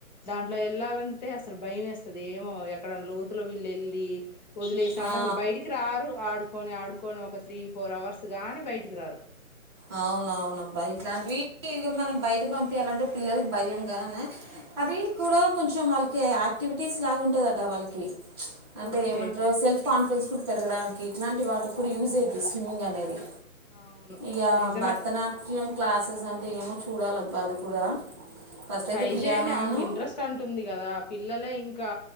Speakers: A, on the left; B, on the right.
A: దాంట్లో వెళ్ళాలంటే అసలు భయం వేస్తది ఏమో అక్కడ లోతుల వీళ్ళు వెళ్ళి వదిలేసామంటే
B: ఆ
A: అసలు బయటికి రారు ఆడు పోనీ ఆడుకొని ఒక త్రీ ఫోర్ అవర్స్ గాని బయటికి రారు
B: అవునవునబ్బా ఇట్లాంటివి ఇ మనం బయట పంపియాలంటే పిల్లలకి భయం గానే అది కూడా కొంచెం వాళ్ళకి యాక్టివ్ ఎక్విటీస్ లాగా ఉంటుందట వాళ్ళకి అంటే
A: ఓకే
B: ఏమంట సెల్ఫ్ కాన్ఫిడెన్స్ కూడా పెరగడానికి ఇట్లాంటి వాటికి కూడా యూజ్ అవుది స్విమ్మింగ్ అనేది
A: అవును
B: ఇక
A: నిజమే
B: భరతనాట్యం క్లాసెస్ అంటే ఏమో చూడాలిబ్బా అది కూడా ఫస్ట్
A: ట్రై
B: అయితే పియానో
A: చేయండి ఆమెకి
B: అను
A: ఇంట్రెస్ట్ అంటుంది కదా పిల్లలే ఇంక్ ఇంకా